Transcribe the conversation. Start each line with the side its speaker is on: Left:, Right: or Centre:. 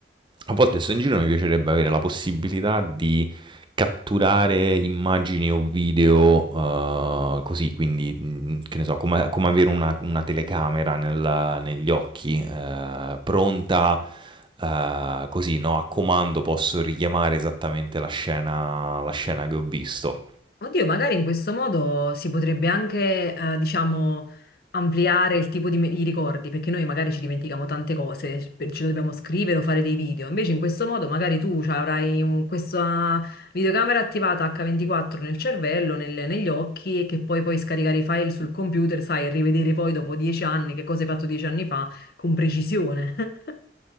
Right: a volte sto in giro mi piacerebbe avere la possibilità di catturare immagini o video eh, così, quindi mh, che ne so, come, come avere una, una telecamera nella- negli occhi, eh, pronta eh, così, no? A comando posso richiamare esattamente la scena, la scena che ho visto.
Left: Oddio, magari in questo modo si potrebbe anche, eh, diciamo, ampliare il tipo di, me- i ricordi, perché noi magari ci dimentichiamo tante cose, ce ce lo dobbiamo scrivere o fare dei video. Invece in questo modo magari tu cioè, avrai un- questa videocamera attivata H24 nel cervello, nel- negli occhi, e che poi puoi scaricare i file sul computer, sai, e rivedere poi dopo dieci anni che cosa hai fatto dieci anni fa con precisione. <laughs>